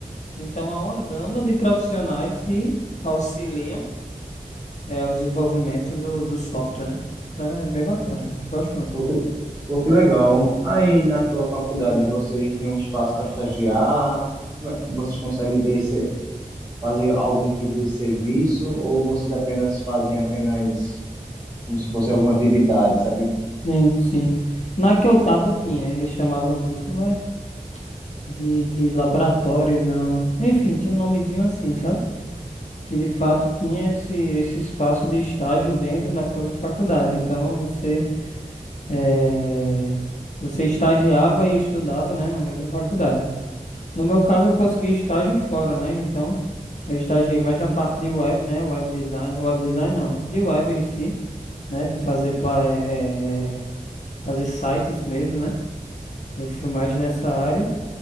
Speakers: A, on the left; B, on the right.
A: Então há uma gama de profissionais que auxiliam é o desenvolvimento do, do software, né? Então é bem bacana, velho. Gosto muito.
B: pô, que, pô, que legal. Aí na tua faculdade vocês têm um espaço para estagiar? Como é- Vocês conseguem ter esse, fazer algum tipo de serviço ou vocês apenas fazem apenas como se fosse alguma atividade, sabe?
A: Sim, sim. Na que eu tava tinha, eles chamavam de, como é? De, de laboratório, não. Enfim, tinha um nomezinho assim, sabe? Que de fato tinha esse, esse espaço de estágio dentro da própria faculdade. Então você, eh, você estagiava e estudava, né, na mesma faculdade. No meu caso, eu consegui estágio fora, né? Então eu estagiei mais na parte de web, né? Web design, web design não, de web em si. né? De fazer, pla- eh, eh, eh, fazer sites mesmo, né? Eu fui mais nessa área